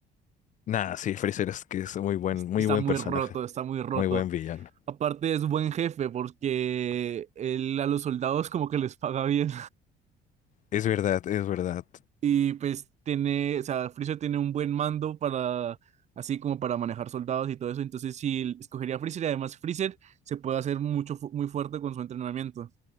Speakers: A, on the left; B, on the right.
A: Nah, sí, Freezer es que es muy buen,
B: Es-
A: muy
B: Está
A: buen
B: muy
A: personaje,
B: roto, está muy roto.
A: muy buen villano.
B: Aparte es buen jefe porque él a los soldados como que les paga bien.
A: Es verdad, es verdad.
B: Y pues tiene, o sea, Freezer tiene un buen mando para, así como para manejar soldados y todo eso. Entonces sí, escogería a Freezer y además Freezer se puede hacer mucho, fu- muy fuerte con su entrenamiento.